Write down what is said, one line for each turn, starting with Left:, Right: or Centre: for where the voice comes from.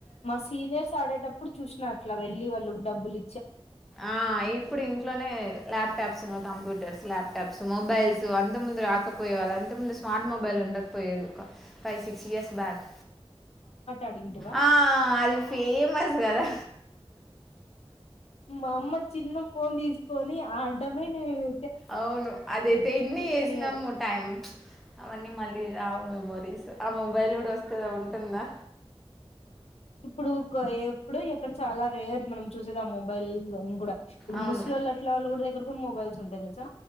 Left: మా సీనియర్స్ ఆడేటప్పుడు చూసిన అట్లా వెళ్ళి వాళ్ళు డబులు
Centre: ఆ ఇప్పుడు ఇంట్లోనే ల్యాప్టాప్స్ <unintelligible> కంప్యూటర్స్ ల్యాప్ <unintelligible> మొబైల్స్ అంత ముందు రాకపోయ వాళ్ళు అంత ముందు స్మార్ట్ మొబైల్ ఉండకపోయదు ఫైవ్ సిక్స్ ఇయర్స్ బ్యాక్
Left: అడింటివా
Centre: ఆ అది ఫేమస్ కదా
Left: మా అమ్మ చిన్ను ఫోన్ తీ కొని ఆడ్డమే నేను
Centre: అవును అదైతే ఇన్ని చేసినాము
Left: గాదు.
Centre: టైం అవన్నీ మళ్ళీ రావు మేము <unintelligible> ఆ మొబైల్ కూడా వస్తుందా ఉంటుందా
Left: ఇప్పుడు <unintelligible> ఎప్పుడు ఇక్కడ చాలా రేర్ మనం చూసేదాము <unintelligible> కూడా ఇప్పుడు
Centre: అవును
Left: ముస్ళ్లు అట్ల వాళ్ళు కూడా దగ్గర మొబైల్స్ంటా తెలుసా